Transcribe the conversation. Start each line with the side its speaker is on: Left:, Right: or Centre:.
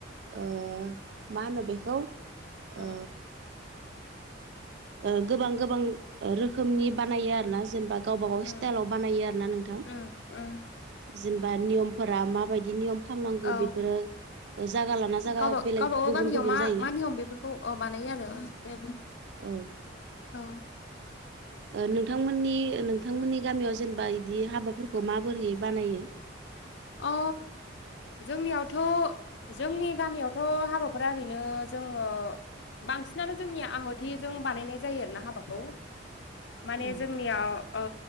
Right: ओ मा होनो बेखौ
Left: उम
Right: ओ ओ गोबां गोबां रोखोमनि बानायो आर ना जेनेबा गावबा गाव
Left: उम
Right: स्टाइलाव बानायो आरोना नोंथां
Left: उम उम
Right: जेनेबा नियमफोरा मा बायदि नियम खामनांगौ
Left: औ
Right: बेफोरो जागा लाना जागा
Left: गावबा
Right: बेलेग
Left: गावबागाव
Right: गुबुन
Left: गामियाव
Right: गुबुन
Left: मा
Right: जायो।
Left: मा बेफोरखौ अ बानायो आरो ओं दे बुं
Right: औ
Left: औ
Right: नोंथांमोननि नोंथांमोननि गामियाव जेनेबा इदि हाबाफोरखौ माबोरै होयो बानायो?
Left: अ जोंनियावथ' जोंनि गामियावथ' हाबाफोरा ओरैनो जोङो बांसिनानो जोंनिया आहुथिजों बानायनाय जायो आरोना हाबाखौ माने
Right: औ
Left: जोंनियाव ओ